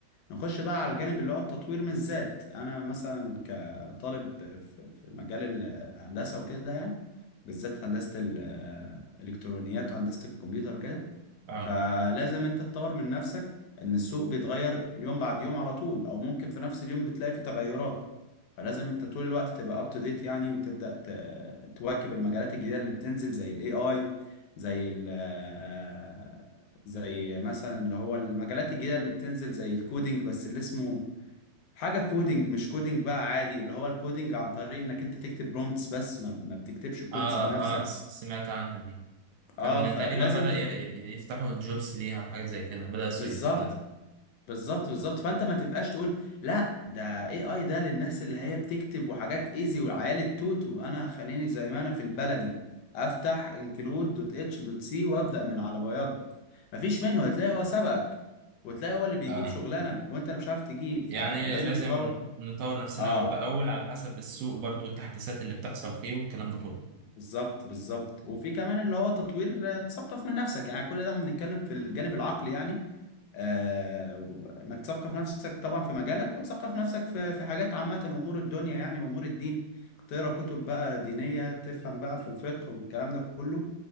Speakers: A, on the left; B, on the right.
A: نخش بقى على الجانب اللي هو التطوير من الذات انا مثلا كطالب في في مجال الهندسه وكده يعني بالذات هندسه الالكترونيات وهندسه الكمبيوتر وكده
B: اه
A: فلازم انت تطور من نفسك ان السوق بيتغير يوم بعد يوم على طول او ممكن في نفس اليوم بتلاقي فيه تغيرات فلازم انت طول الوقت تبقى اب تو ديت يعني وتبدا ت- تواكب المجالات الجديده اللي بتنزل زي الاي اي زي ال آه، زي مثلا اللي هو المجالات الجديده اللي بتنزل زي الكودينج بس اللي اسمه حاجه كودينج مش كودينج بقى عادي اللي هو الكودينج عن طريق انك انت تكتب برومبتس بس ما, ما بتكتبش كودز
B: اه
A: بنفسك
B: اه س- سمعت عنها دي كان
A: اه فلازم
B: تقريبا بدأ
A: ت...
B: ي- ي- يفتحوا الجوبس ليها وحاجه زي كده بدأ السوق
A: بالظبط
B: يفتح لها
A: بالظبط بالظبط فانت ما تبقاش تقول لا ده اي اي ده للناس اللي هي بتكتب وحاجات ايزي والعيال التوتو انا خليني زي ما انا في البلدي افتح انكلود دوت اتش دوت سي وابدا من على بياض مفيش منه هتلاقي هو سبقك وتلاقي هو اللي بيجيب
B: اه
A: شغلانه وانت اللي مش عارف تجيب فلازم
B: يعني لازم
A: تطور
B: نطور نفسنا
A: اه
B: أول بأول على حسب السوق برضو التحديثات اللي بتحصل فيه والكلام ده كله
A: بالظبط بالظبط وفي كمان اللي هو تطوير آه، تثقف من نفسك يعني كل ده احنا بنتكلم في الجانب العقلي يعني آه و- انك تثقف نفسك طبعا في مجالك وتثقف نفسك في في حاجات عامة امور الدنيا يعني وامور الدين تقرا كتب بقى دينية تفهم بقى في الفقه والكلام ده كله